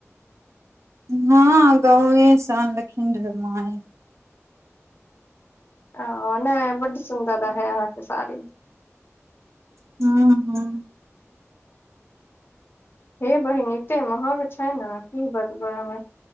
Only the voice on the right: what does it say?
ना गांव से अनलखिन रहे मां ऐ
<inaudible>